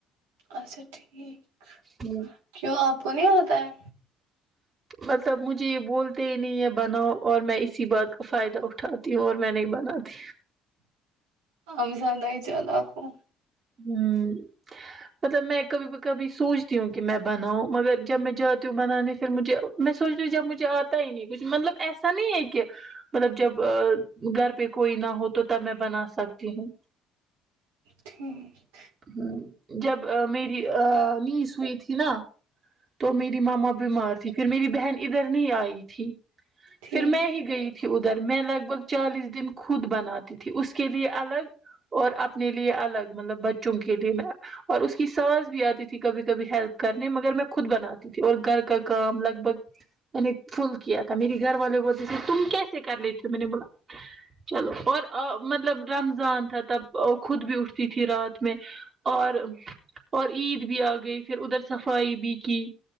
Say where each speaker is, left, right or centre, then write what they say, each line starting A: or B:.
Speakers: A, on the right; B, on the right.
A: اچھا ٹھیک
B: ہے
A: کیوں آپ کو نہیں آتا ہے
B: مطلب مجھے یہ بولتے ہی نہیں یہ بناؤ اور میں اسی بات کا فائدہ اٹھات تی اور میں نہیں بناتی
A: آپ زیادہ ہی چالاک ہو
B: ہوں مطلب میں کبھی ب کبھی سوچتی ہوں کہ میں بناؤں مگر جب میں جاتی ہوں بنانے پھر مجھے میں سوچتی ہو جب مجھے آتا ہی نہیں کچھ مطلب ایسا نہیں ہے کہ مطلب جب گھر پہ کوئی نہ ہو تو تب میں بنا سکتی ہوں
A: تھیک
B: ہ جب میری نیس ہوئی تھی نا تو میری ماما بیمار تھی پھر میری بہن ادھر نہیں آئی تھی
A: ٹھیک
B: پھر میں ہی گئی تھی ادھر میں لگ بگ چالیس دن خود بناتی تھی اس کے لیے الگ اور اپنے لیے الگ مطلب بچوں کے لیے میں اور اس کی ساس بھی آتی تھی کبھی کبھی ہیلپ کرنے مگر میں خود بناتی تھی اور گھر کا کام لگ بھگ میں نے فل کیا تھا میری گھر والے بولتے تھے تم کیسے کر لیتی میں نے بولا چلو اور مطلب رمضان تھا تب خود بھی اٹھتی تھی رات میں اور اور عید بھی آ گئی پھر ادھر صفائی بھی کی